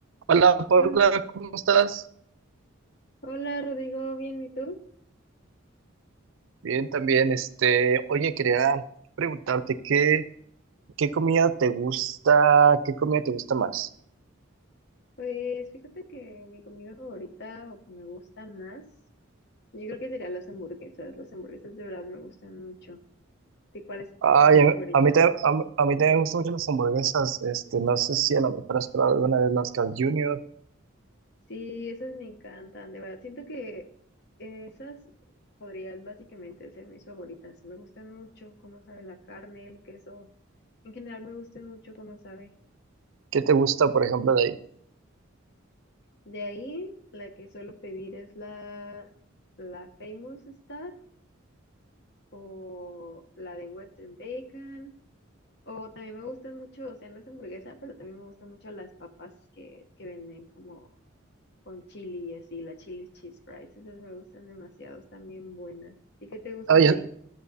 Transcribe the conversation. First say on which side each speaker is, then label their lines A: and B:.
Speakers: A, on the right; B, on the left.
A: Hola Paula,
B: Hola,
A: ¿cómo estás?
B: hola, Rodrigo, bien, ¿y tú?
A: Bien, también. Este, oye, quería preguntarte qué, qué comida te gusta, qué comida te gusta más.
B: Pues fíjate que mi comida favorita o que me gusta más, yo creo que serían las hamburguesas. Las hamburguesas de verdad me gustan mucho. ¿Y cuál es
A: Ay,
B: tu comida
A: a,
B: favorita?
A: mí a mí, ta- a, mí a mí también me gustan mucho las hamburguesas. Este, no sé si a lo mejor has probado alguna vez las Carl Jr.
B: Sí, esas me encantan, de verdad. Siento que esas podrían básicamente ser mis favoritas. Me gustan mucho cómo sabe la carne, el queso. En general me gustan mucho cómo sabe.
A: ¿Qué te gusta, por ejemplo, de ahí?
B: De ahí, la que suelo pedir es la, la Famous Star. o la de Western Bacon, o también me gustan mucho, o sea, no es hamburguesa, pero también me gustan mucho las papas que, que venden como con chili y así, la chili cheese fries, esas me gustan demasiado, están bien buenas. ¿Y qué te gusta
A: Ah,
B: de
A: ya,
B: ahí?